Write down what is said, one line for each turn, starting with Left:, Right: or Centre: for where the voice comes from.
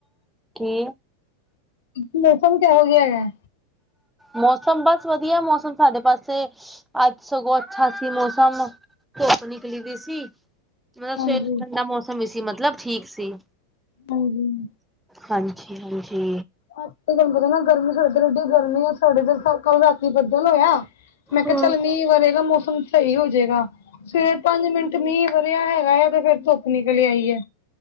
Centre: ਕੀ?
Left: ਮੌਸਮ ਕੇਹੋ ਜਿਆ ਹੇਗਾ?
Centre: ਮੌਸਮ, ਬਸ ਵਧੀਆ ਮੌਸਮ ਸਾਡੇ ਪਾਸੇ। ਅੱਜ ਸਗੋਂ ਅੱਛਾ ਸੀ ਮੌਸਮ ਧੁੱਪ ਨਿਕਲੀ ਦੀ ਸੀ। ਮਲਬ ਸਵੇਰ
Left: ਹਾਂਜੀ।
Centre: ਤੋਂ ਠੰਡਾ ਮੌਸਮ ਈ ਸੀ। ਮਤਲਬ ਠੀਕ ਸੀ।
Left: ਹੁੰ ਹੁੰ
Centre: ਹਾਂਜੀ, ਹਾਂਜੀ
Left: ਅੱਜ ਕਲ ਤਾਨੂੰ ਪਤਾ ਨਾ ਗਰਮੀ ਸਾਡੇ ਏਧਰ ਏਡੀ ਗਰਮੀ ਆ ਸਾਡੇ ਏਧਰ ਕਲ ਰਾਤੀ ਬੱਦਲ ਹੋਇਆ। ਮੈਂ ਕਿਆ
Centre: ਹੂੰ
Left: ਚੱਲ ਮੀਅ ਵਰੇਗਾ ਮੌਸਮ ਸ‌ਈ ਹੋ ਜੇਗਾ। ਸਵੇਰੇ ਪੰਜ ਮਿੰਟ ਤੇ ਮੀਂਅ ਵਰਿਆ ਹੈਗਾ ਏ ਤੇ ਫੇਰ ਧੁੱਪ ਨਿਕਲ ਆਈ ਐ।